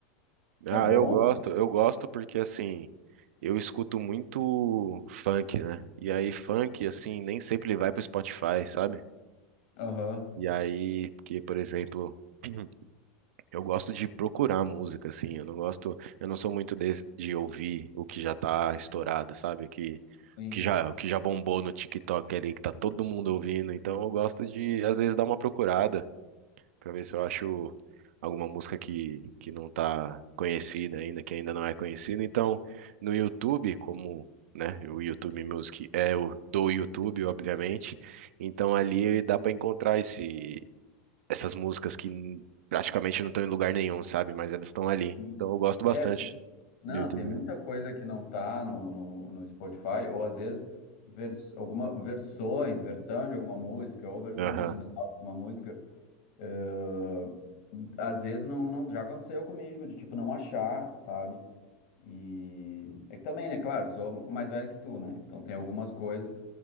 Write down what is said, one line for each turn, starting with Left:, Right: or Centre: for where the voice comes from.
Right: Ah,
Left: É bom?
Right: eu gosto, eu gosto porque assim. Eu escuto muito funk, né? E aí, funk, assim, nem sempre ele vai pro Spotify, sabe?
Left: Aham.
Right: E aí, porque, por exemplo. <clears throat> Eu gosto de procurar música, assim. Eu não gosto, eu não sou muito de, de ouvir o que já tá estourado, sabe? O que,
Left: Sim,
Right: o que já, o que já bombou no TikTok ali, que tá todo mundo ouvindo. Então eu gosto de, às vezes, dar uma procurada pra ver se eu acho alguma música que, que não tá conhecida ainda, que ainda não é conhecida. Então, no YouTube, como, né, o YouTube Music é o do YouTube, obviamente. Então ali dá pra encontrar esse essas músicas que praticamente não estão em lugar nenhum, sabe? Mas elas estão ali.
Left: sim.
Right: Então eu gosto
Left: É,
Right: bastante
Left: tem- não,
Right: do YouTube.
Left: tem muita coisa que não tá no, no, no Spotify, ou às vezes vers, alguma versões, versão de alguma música, ou versão
Right: Aham.
Left: original de uma música. eh, às vezes não, não, já aconteceu comigo, de tipo, não achar, sabe? E é que também, né, claro, sou mais velho que tu, né? Então tem algumas coisas